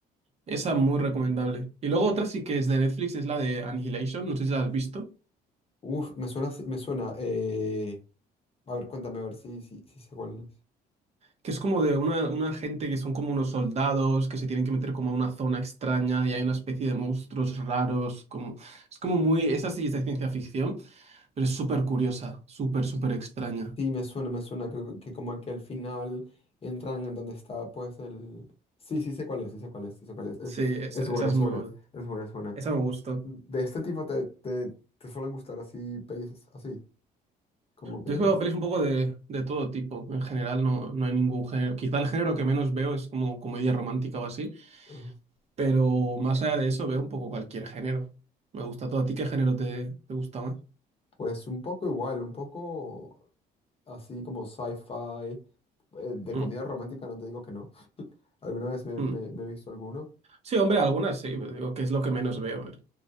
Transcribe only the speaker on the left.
Uf, me suena, si- me suena. eh, A ver, cuéntame a ver si, si, si sé cuál es.
Sí, me suena, me suena. Creo que como que al final entran en donde está pues el. Sí, sí sé cuál es, sí sé cuál es, sí sé cuál es. Es,
es
buena,
es
buena,
es buena, es buena.
De este tipo te, te, te suelen gustar así pelis, así, como que
es.
Ajá.
Pues un poco igual, un poco así como sci-fi, eh, de
comedia romántica, no te digo que no. Alguna vez me,
me- me he visto alguno.